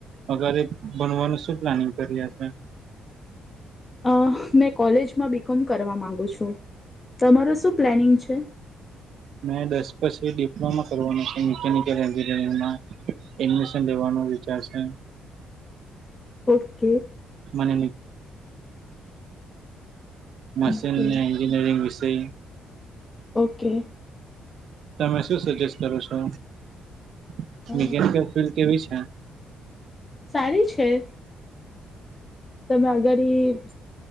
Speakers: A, on the right; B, on the left.
A: અગારે બનવાનું શું પ્લાનિંગ કરી્યા છે.
B: અ મેં કોલેજમાં બીકોમ કરવા માંગ તમારો શું પ્લાનિગ છે.
A: મેં દસ પછી ડિપ્લોમા કરવાનું છે મિકનિકલ એન્જિનિયરિંગમાં એડમિશન લેવાનો વિચાર છે.
B: ઓકે.
A: મને મશીન
B: ઓકે
A: ને એન્જિનિયરિંગ વિશે <inaudible>
B: ઓકે.
A: તમે શું સજેસ્ટ કરો છો? <unintelligible>
B: અ સારી છે. તમે અગડી.